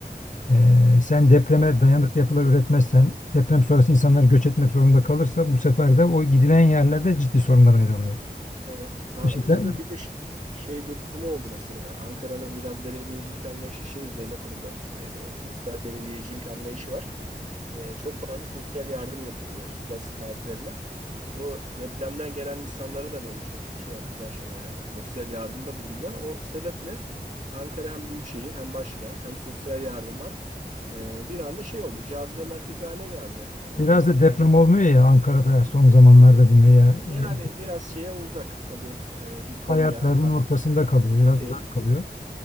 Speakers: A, on the left; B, on the right.
A: E, sen depreme dayanıklı yapılar üretmezsen, deprem sonrası insanlar göç etmek zorunda kalırsa bu sefer de o gidilen yerlerde ciddi sorunlara neden oluyor.
B: Evet. Ankara'da
A: İşte ben-
B: bir de şey, şey durumu oldu mesela. Ankara'nın biraz belediyecilik anlayışı şey üzerine kuruldu. E, sosyal belediyecilik anlayışı var. E, çok fazla sosyal yardım yapılıyor ihtiyaç sahiplerine. Bu depremden gelen insanlara da böyle çok şey yaptılar, e, sosyal yardımda bulundular. O sebeple Ankara hem büyük şehir hem başkent hem sosyal yardım var. E, bir anda şey oldu, cazibe merkezi haline geldi o
A: biraz
B: ihtiyaç.
A: da deprem olmuyor ya Ankara'da son zamanlarda diyeyim veya e,
B: Yani biraz şeye uzak tabii, E, bir Konya,
A: hayatlarının
B: Karaman
A: ortasında kalıyor,
B: gibi
A: biraz
B: değil.
A: uzak kalıyor.